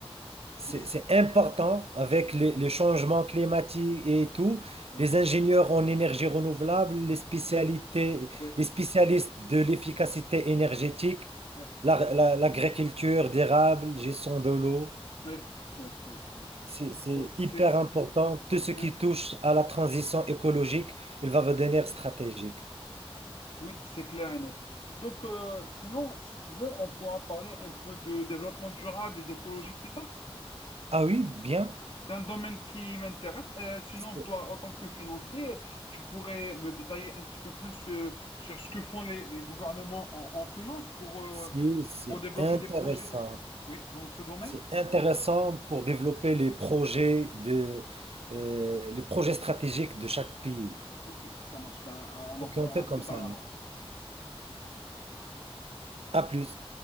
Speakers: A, on the right; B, on the left.
A: C'est
B: oui.
A: c'est important avec
B: Oui,
A: les, les changements climatiques et tout.
B: oui,
A: Les ingénieurs en énergie renouvelable, les spécialités,
B: oui,
A: les spécialistes de l'efficacité énergétique,
B: oui,
A: la- la- l'agriculture d'érable, gestion de l'eau.
B: oui, oui, oui. oui.
A: C'est c'est
B: Oui, c'est,
A: hyper
B: c'est-
A: important. Tout ce qui
B: c'est-
A: touche à la transition écologique, il va devenir stratégique.
B: oui, c'est clair et net. Donc, euh, sinon, si tu veux, on pourra parler un peu de développement durable et d'écologie plus tard.
A: Ah oui, bien.
B: C'est un domaine qui m'intéresse. Euh, sinon,
A: C'est
B: toi, en tant que financier, tu pourrais me détailler un petit peu plus euh, sur ce que font les, les gouvernements en, en finance pour, euh,
A: c'est- c'est
B: pour débloquer
A: intéressant.
B: des projets dans, oui, dans ce domaine?
A: C'est intéressant pour développer les projets de, euh, les projets stratégiques de chaque pays.
B: Ok, ça marche. Ben, on
A: Ok,
B: en parlera
A: on fait comme
B: plus tard
A: ça, là.
B: alors.
A: À plus.